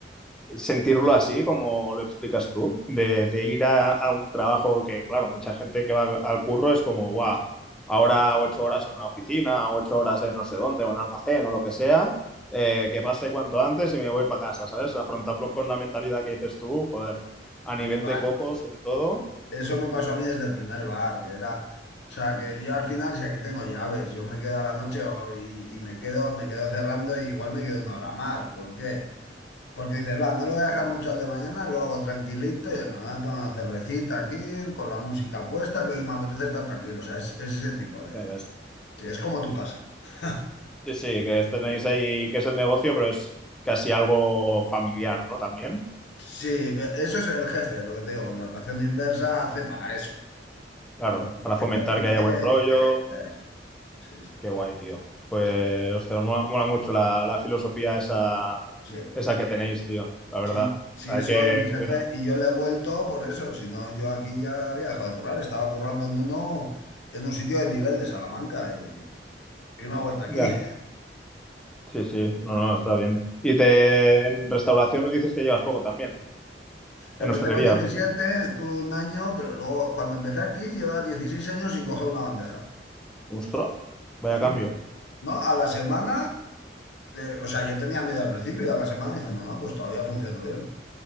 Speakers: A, in the centre; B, on the left (about 80°).
A: sentirlo así, como lo explicas tú, de, de ir a, a un trabajo que, claro, mucha gente que va al curro es como, guau, ahora ocho horas en una oficina, ocho horas en no sé dónde, en un almacén o lo que sea, eh, que pase cuanto antes y me voy para casa, ¿sabes? Afrontarlo
B: <laughs>
A: con la mentalidad que dices tú, joder, a nivel
B: No,
A: de
B: va.
A: coco sobre todo,
B: Eso me pasó a mí desde el primer bar, que era, o sea, que yo al final, si aquí tengo llaves, yo me quedo a la noche o- y, y me quedo, me quedo cerrando y igual me quedo una hora más. ¿Por qué? Porque dices, va, no lo voy a dejar mucho al de mañana, lo hago tranquilito y venga, me voy a tomar una cervecita aquí, con la música puesta, que hoy me apetece estar tranquilo. O sea, es, es ese tipo de...
A: ya ves.
B: Sí, es como tu casa. <laughs>
A: Sí, sí, que tenéis ahí, que es el negocio, pero es casi algo familiar, ¿no? También,
B: Sí, ve- eso es el jefe, lo que te digo, contratación inversa hace para eso.
A: claro,
B: Porque
A: para fomentar
B: lo que
A: que haya
B: quiere...
A: buen rollo,
B: eh, eh, sí, sí,
A: Qué guay, tío. Pues,
B: sí,
A: ostras, mola, mola mucho la, la filosofía esa,
B: sí, eh,
A: esa que tenéis, tío, la verdad.
B: Sí, sí,
A: O sea,
B: eso
A: hay que
B: es mi jefe
A: cuidarlo.
B: y yo le he vuelto por eso, si no yo aquí ya había dejado de currar, estaba currando en uno, en un sitio de nivel de Salamanca y, y me he vuelto aquí.
A: Ya,
B: <laughs>
A: sí, sí, no, no, está bien. Y te, en restauración dices que llevas poco también,
B: Empecé
A: en hostelería.
B: con 17, estuve un año, pero luego cuando empecé aquí llevaba 16 años sin coger una bandeja.
A: Ostras, vaya
B: Sí,
A: cambio.
B: ¿no? No, A la semana, eh, o sea, yo tenía miedo al principio y a la semana dije, no, no, pues todavía funcionó bien.